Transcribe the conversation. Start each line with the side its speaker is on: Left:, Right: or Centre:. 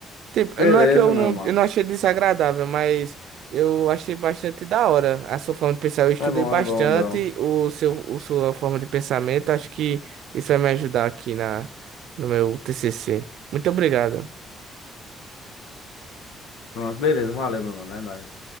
Right: tipo,
Left: Beleza,
Right: não é que eu
Left: meu
Right: não,
Left: mano.
Right: eu não achei desagradável, mas eu achei bastante da hora a sua forma de pensar. Eu estudei
Left: É bom,
Right: bastante
Left: é bom, bom.
Right: o seu, o sua forma de pensamento. Acho que isso vai me ajudar aqui na, no meu TCC. Muito obrigado.
Left: Pronto, beleza. Valeu, meu mano. É nóis.